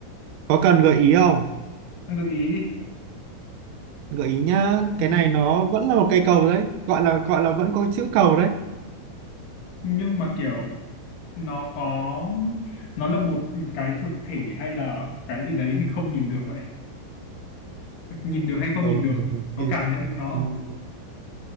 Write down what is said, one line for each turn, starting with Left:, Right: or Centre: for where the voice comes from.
Right: có cần gợi ý không
Left: Anh gợi ý đi
Right: gợi ý nhá
Left: ừ.
Right: cái này nó vẫn là một cây cầu đấy gọi là gọi là vẫn có chữ cầu đấy
Left: nhưng mà kiểu nó có nó là một cái thực thể hay là cái gì đấy mình không nhìn được vậy <laughs> nhìn được hay không
Right: ừ,
Left: nhìn được có
Right: thì
Left: cảm nhận được nó
Right: ừm,